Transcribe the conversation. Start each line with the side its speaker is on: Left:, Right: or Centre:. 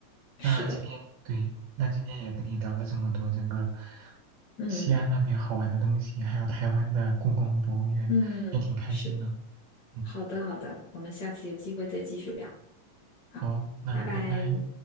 Left: 是的，
Right: 那今天对，那今天也跟你聊了这么多整个
Left: 嗯
Right: 西安那边好玩的东西，还有台湾的故宫博物院，
Left: 嗯，
Right: 也挺开心的。
Left: 是，
Right: 嗯，
Left: 好的好的，我们下次有机会再继续聊，好，
Right: 好，那拜拜。
Left: 拜拜。